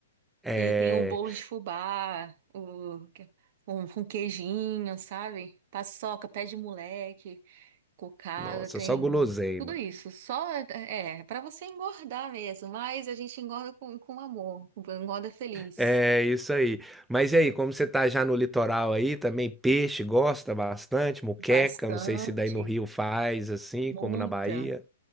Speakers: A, in the centre; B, on the right (about 50°).
A: É,
B: E tem o bolo de fubá, o, um, um queijinho, sabe? Paçoca, pé de moleque cocada,
A: nossa,
B: tem
A: só guloseima.
B: tudo isso. Só é para você engordar mesmo, mas a gente engorda com, com amor, engorda feliz.
A: É isso aí. Mas e aí, como você tá já no litoral aí, também peixe gosta bastante, muqueca,
B: Bastante,
A: não sei se daí no Rio faz assim,
B: muita.
A: como na Bahia.